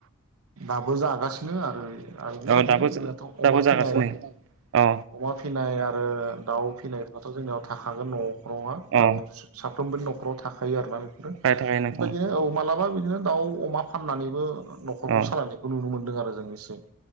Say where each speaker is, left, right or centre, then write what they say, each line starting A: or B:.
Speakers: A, on the right; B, on the right.
A: दाबो जागासिनो आरो आरो बेबायदि
B: औ दाबो
A: जोंनाथ'
B: दाबो
A: अमा फिनाय
B: जागासिनो औ
A: अमा फिनाय आरो दाउ फिसिनायफ्राथ' जोंनियाव थाखागोन न'खरावहा ग
B: अ
A: साफ्रोमबोनि न'खराव थाखा थायो आरो ना बेफोरो
B: थाखायो थाखायो नोंथां
A: बेबायदिनो औ मालाबा बि दिनो दाउ अमा फाननानैबो नखरखौ
B: औ
A: सालायनायखौ नुनो मोनदों आ मोजाङै सै